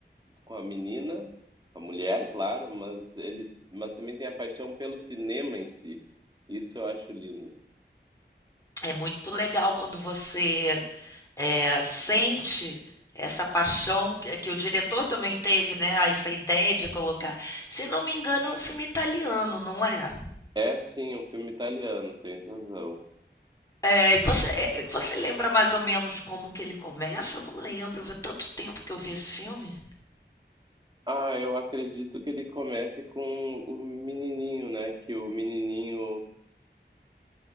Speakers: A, on the right; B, on the left.
A: com a menina, com a mulher, claro, mas ele, mas também tem a paixão pelo cinema em si. Isso eu acho lindo.
B: É muito legal quando você é, sente essa paixão que, que o diretor também teve, né? Essa ideia de colocar. Se não me engano, é um filme italiano, não é?
A: É sim, é um filme italiano, tem razão.
B: É, e você, é, você lembra mais ou menos como que ele começa? Eu não lembro, faz tanto tempo que eu vi esse filme.
A: Ah, eu acredito que ele comece com o menininho, né? Que o menininho